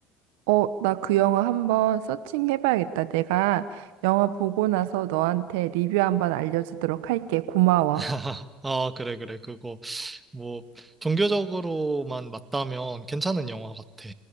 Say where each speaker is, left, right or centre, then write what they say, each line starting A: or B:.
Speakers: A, on the right; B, on the right.
A: 어, 나 그 영화 한번 서칭해봐야겠다. 내가 영화 보고 나서 너한테 리뷰 한번 알려주도록 할게. 고마워.
B: <laughs> 아, 그래, 그래. 그거 뭐 종교적으로만 맞다면 괜찮은 영화 같아.